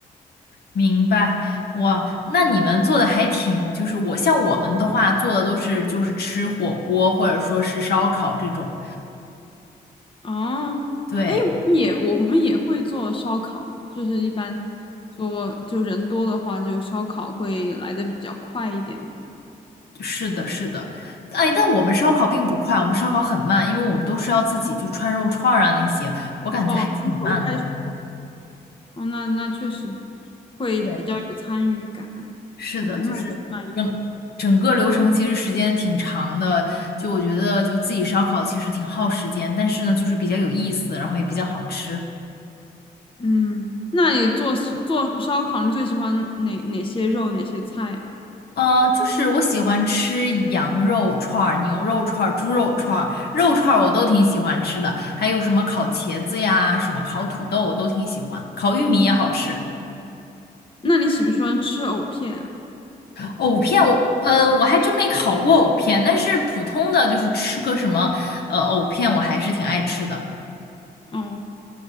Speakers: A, on the left; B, on the left.
A: 明白，哇，那你们做的还挺，就是我像我们的话做的都是就是吃火锅或者说是烧烤这种，
B: 哦，
A: 对，
B: 哎，我们也我们也会做烧烤，就是一般做就人多的话，就烧烤会来的比较快一点嘛。
A: 是的是的，哎，但我们烧烤并不快，我们烧烤很慢，因为我们都是要自己就串肉串儿啊那些，我感觉还挺慢的。
B: 哦，从头开始，哦，那那确实会比较有参与感，
A: 对是的，
B: 可能慢是慢一点。
A: 就是整整个流程其实时间挺长的，就我觉得就自己烧烤其实挺耗时间，但是呢就是比较有意思，然后也比较好吃。
B: 嗯，那你做做烧烤，你最喜欢哪哪些肉哪些菜啊？
A: 呃，就是我喜欢吃羊肉串儿、牛肉串儿、猪肉串儿、肉串儿我都挺喜欢吃的，还有什么烤茄子呀、什么烤土豆我都挺喜欢，烤玉米也好吃。
B: 那你喜不喜欢吃藕片啊？
A: 藕片我，嗯我还真没烤过藕片，但是普通的就是吃个什么，呃，藕片我还是挺爱吃的。
B: 哦。